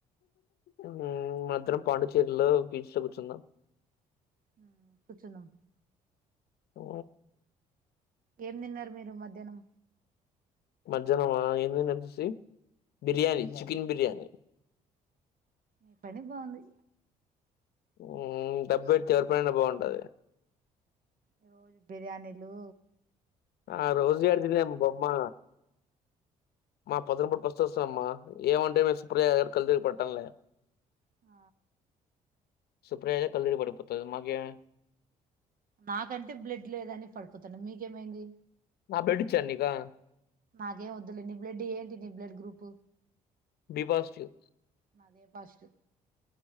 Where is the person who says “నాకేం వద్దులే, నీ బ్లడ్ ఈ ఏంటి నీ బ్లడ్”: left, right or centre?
Right